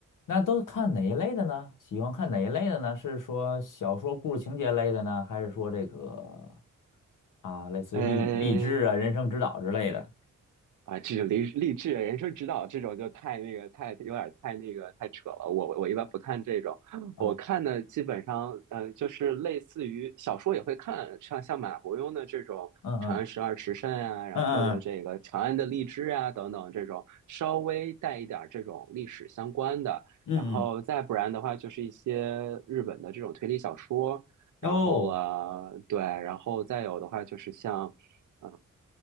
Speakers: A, on the left (about 85°); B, on the right (about 75°).
A: 那都看哪一类的呢？喜欢看哪一类的呢？是说小说故事情节类的呢，还是说这个啊，类似于励励志啊、
B: 呃，
A: 人生指导之类的
B: 啊，这种励励志人生指导这种就太那个太有点太那个太扯了。我我一般不看这种，
A: 啊？
B: 我看的基本上嗯、呃就是类似于小说也会看，像像马伯庸的这种《长安十二时辰》啊，
A: 嗯嗯
B: 然后了这个《长安的荔枝》啊等等这种稍微带一点儿这种历史相关的，
A: 嗯嗯嗯嗯
B: 然后再不然的话就是一些日本的这种推理小说，然后了对，
A: 嗯，哦，
B: 然后再有的话就是像。呃